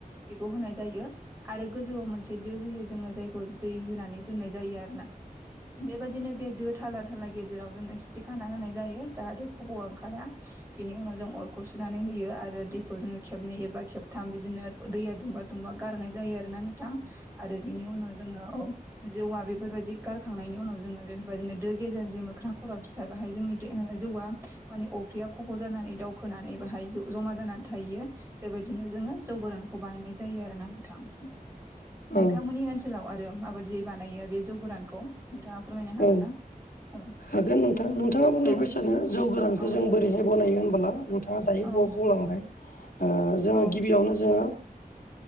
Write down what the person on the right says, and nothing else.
बेखौ होनाय जायो आरो गोजौआव मोनसे दो होयो जोङो जायखौ दै होनानै दोननाय जायो आरोना बेबायदिनो बे दो थाला थाला गेजेराव जोंङो सिथ्रि खाना होनाय जायो जाहाथे खब'आ ओंखारा बेनि उनाव जों अरखौ सुनानै होयो आरो दैखौ जोङो खेबनै एबा खेबथाम थाम बिदिनो दैया दुंबा दुंबा गारनाय जायो आरोना नोंथां आरो बिनि उनाव जोङो जौवा बेफोरबायदि गारखांनायनि उनाव जोङो बेफोरबायदिनो दो गेजेर जे मोख्रा खर' फिसा बेाहाय जोंनि जौवा माने अफ्रिया खब' जानानै दावउखोनानै बाहाय जमा जानानै थाहैयो बेबायदिनो जोङो जौ गोरानखौ बानायनाय जायो आरोना नोंथां
नोंथांमोननि ओनसोलाव आरो माबादियै बानायो बे जौ गोरानखौ नोंथाङा फोरमायनो हागोन
ना? औ
औ
औ
औ
औ